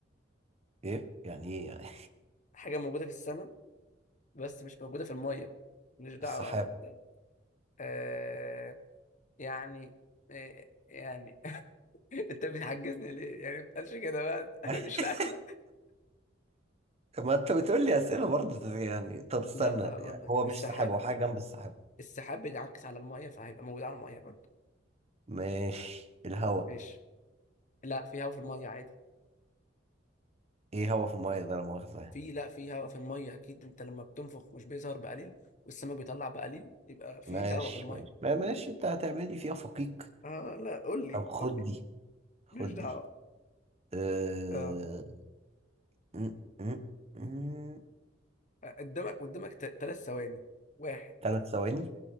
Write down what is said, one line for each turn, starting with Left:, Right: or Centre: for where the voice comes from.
Right: ايه يعني ايه يعني
Left: حاجة موجودة في السماء بس مش موجودة في المية مش دعوة
Right: <laughs> السحاب
Left: انا انت آه... يعني آه... يعني <laughs> انت بتحجزني ليه يعني ما تقلش كده بقى <laughs>
Right: <laughs>
Left: مش لعبة
Right: ما انت بتقول لي اسئله برضه يعني طب استنى
Left: لا هقول
Right: يعني
Left: لك
Right: هو مش
Left: السحاب
Right: سحاب هو حاجه جنب السحاب
Left: السحاب بيتعكس على المية فهيبقى موجود على المية برضه
Right: ماشي الهوا
Left: ماشي لا في هوا في الميه عادي
Right: ايه هوا في المية ده لا مؤاخذة يعني.
Left: في لا في هوا في الميه اكيد انت لما بتنفخ مش بيظهر بقليل والسمك بيطلع بقليل يبقى في
Right: ماشي
Left: هوا في الميه
Right: ماشي ما- ماشي انت هتعملي فيها فقيق
Left: اه لا قول لي
Right: طب خد
Left: قول لي
Right: دي خد
Left: ماليش دعوه
Right: دي أه...
Left: اه
Right: م- م- م-
Left: قدامك قدامك ثلاث ثواني واحد
Right: تلات ثواني